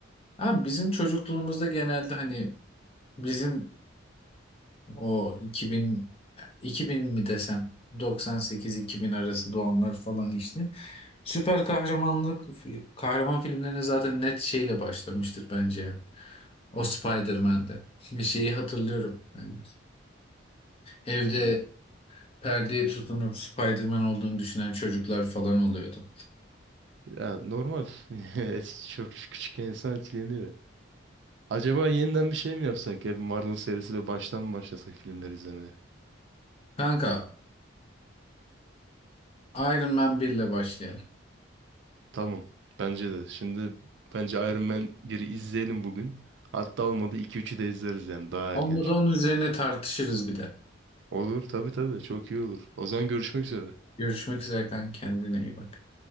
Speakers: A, on the left (about 30°); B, on the right (about 60°).
A: Ha, bizim çocukluğumuzda genelde hani bizim O 2000 2000 mi desem 98-2000 arası doğanlar falan işte. Süper kahramanlık kahraman filmlerine zaten net şeyle başlamıştır bence ya. O Spider-Man'de. Bir şeyi hatırlıyorum ben de. Evde
B: Hı.
A: perdeye tutunup Spider-Man olduğunu düşünen çocuklar falan oluyordu.
B: Ya normal. <laughs> Eski- Çok küçük insan etkileniyor. Acaba yeniden bir şey mi yapsak ya? Bir Marvel serisi ve baştan mı başlasak filmleri izlemeye?
A: Kanka Iron Man 1 ile başlayalım.
B: Tamam. Bence de. Şimdi bence Iron Man 1'i izleyelim bugün. Hatta olmadı iki üçü de izleriz yani daha
A: Olmadı
B: erken. çünkü.
A: onun üzerine tartışırız bir de.
B: Olur tabii tabii çok iyi olur. O zaman görüşmek üzere.
A: Görüşmek üzere kanka kendine iyi bak.